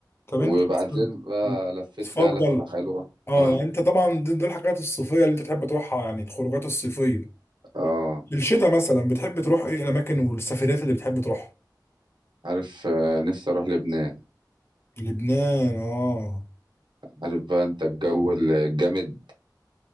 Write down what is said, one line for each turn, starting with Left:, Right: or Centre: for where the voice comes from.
Left: طب
Right: وبعدين
Left: انت مثلا
Right: بقى لفيت
Left: بتفضل
Right: فيها لفة حلوة
Left: اه
Right: اه
Left: يعني انت طبعا دي دي الحاجات الصيفيه اللي انت تحب تروحها يعني الخروجات الصيفيه
Right: اه
Left: في الشتاء مثلا بتحب تروح ايه الاماكن والسفريات اللي بتحب تروحها
Right: عارف آه، نفسي اروح لبنان
Left: لبنان اه
Right: عارف بقى انت الجو الجامد